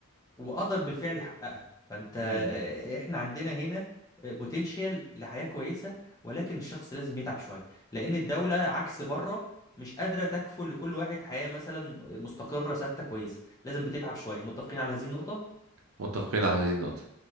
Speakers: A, on the left; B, on the right.
A: وقدر بالفعل يحققها فانت آه،
B: امم
A: احنا عندنا هنا بوتنشال لحياة كويسة ولكن الشخص لازم يتعب شوية لأن الدولة عكس بره مش قادرة تكفل لكل واحد حياة مثلا مستقرة ثابتة كويسة لازم بتتعب شوية متفقين على هذه النقطة
B: متفقين على هذه النقطه